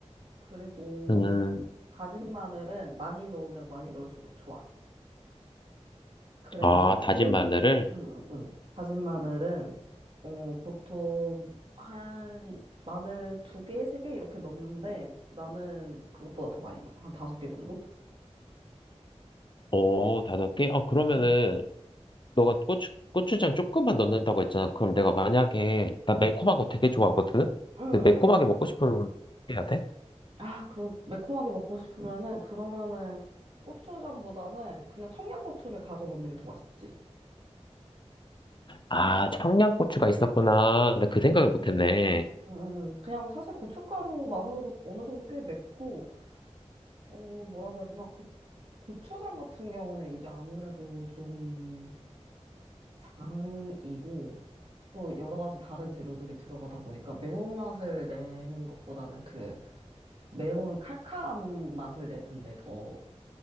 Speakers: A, on the right (about 50°); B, on the left (about 45°).
A: 그리고
B: 음,
A: 다진 마늘은 많이 넣으면 많이 넣을수록 좋아. 그래가지고,
B: 아, 다진 마늘을?
A: 응, 응, 응. 다진 마늘은, 어, 보통 한, 마늘 두 개, 세 개 이렇게 넣는데, 나는 그것보다 더 많이 넣어. 한 다섯 개 정도?
B: 오, 다섯 개? 아, 그러면은
A: 응,
B: 너가 고추, 고추장 조금만 넣는다고 했잖아. 그럼 내가 만약에, 나
A: 응,
B: 매콤한 거 되게 좋아하거든?
A: 응, 응.
B: 근데 매콤하게 먹고 싶으면 어떻게 해야 돼?
A: 아, 그, 매콤하게 먹고 싶으면은, 그러면은, 고추장보다는 그냥 청양고추를 다져 넣는 게 더 맛있지.
B: 아, 청양고추가 있었구나. 나
A: 음,
B: 그 생각을 못했네.
A: 음, 음. 그냥 사실 고춧가루만으로도 어느 정도 꽤 맵고, 어, 뭐라고 해야 되나, 고, 고추장 같은 경우는 이제 아무래도 좀 장이고, 또 여러 가지 다른 재료들이 들어가다 보니까 매운맛을 내는 것보다는 그 매운 칼칼한 맛을 내는데 더